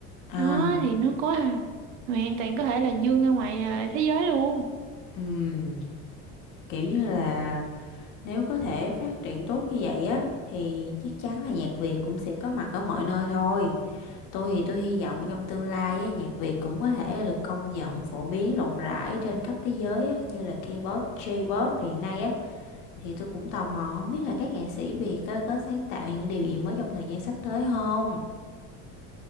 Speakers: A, on the left; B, on the right.
A: À,
B: đó thì nó có à, hoàn toàn có thể là dương ra ngoài à, thế giới luôn
A: Ừm, kiểu như là Nếu có thể phát triển tốt như vậy á thì chắc chắn là nhạc Việt cũng sẽ có mặt ở mọi nơi thôi. Tôi thì tôi hy vọng trong tương lai á, nhạc Việt cũng có thể là được công nhận phổ biến rộng rãi trên khắp thế giới á, như là K-pop, J-pop hiện nay á. Thì tôi cũng tò mò không biết là các nghệ sĩ Việt á, có sáng tạo những điều gì mới trong thời gian sắp tới không?